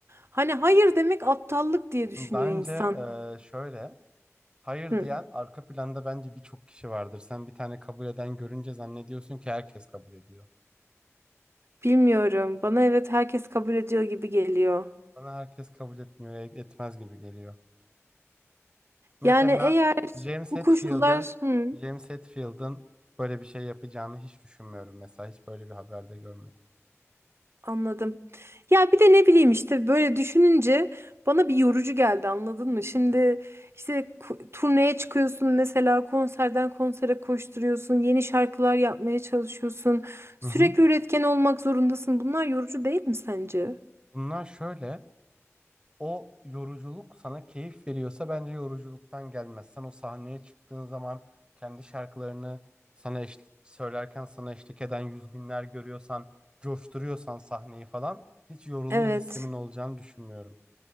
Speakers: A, on the right; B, on the right.
A: hani hayır demek aptallık diye düşünüyor
B: Bence
A: insan.
B: e, şöyle. hayır
A: Hı.
B: diyen arka planda bence birçok kişi vardır. Sen bir tane kabul eden görünce zannediyorsun ki herkes kabul ediyor.
A: Bilmiyorum. Bana evet herkes kabul ediyor gibi geliyor.
B: Bana herkes kabul etmiyor, et- etmez gibi geliyor. Mesela
A: Yani eğer
B: James
A: bu
B: Hetfield'ın
A: koşullar hı.
B: James Hetfield'ın böyle bir şey yapacağını hiç düşünmüyorum mesela. Hiç böyle bir haberde görmedim.
A: Anladım. Ya bir de ne bileyim işte böyle düşününce bana bir yorucu geldi anladın mı? Şimdi işte ku- turneye çıkıyorsun mesela konserden konsere koşturuyorsun, yeni şarkılar yapmaya çalışıyorsun. Sürekli
B: Hı hı.
A: üretken olmak zorundasın. Bunlar yorucu değil mi sence?
B: Bunlar şöyle O yoruculuk sana keyif veriyorsa bence yoruculuktan gelmez. Sen o sahneye çıktığın zaman kendi şarkılarını sana eş- söylerken sana eşlik eden yüz binler görüyorsan, coşturuyorsan sahneyi falan hiç yorulma
A: Evet.
B: hissimin olacağını düşünmüyorum.